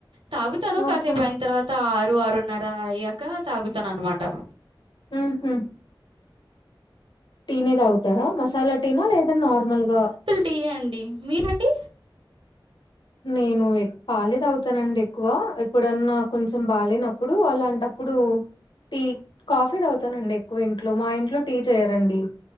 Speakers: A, on the right (about 80°); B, on the left (about 65°).
A: తాగుతాను
B: ఆహా!
A: కాసేపు అయిన తర్వాత ఆరు ఆరున్నర అయ్యాక తాగుతాను అనమాట
B: ఉహు టీ నే తాగుతారా మసాలా టీనా లేదా నార్మల్ గా
A: టి ఏ అండి మీరండి
B: నేను ఏక్ పాలే తాగుతానండి ఎక్కువ ఎప్పుడన్నా కొంచం బాలేేనప్పుడు అలాంటప్పుడు టీ కాఫీ తగుతానండి ఎక్కువ ఇంట్లో మా ఇంట్లో టీ చేయరండి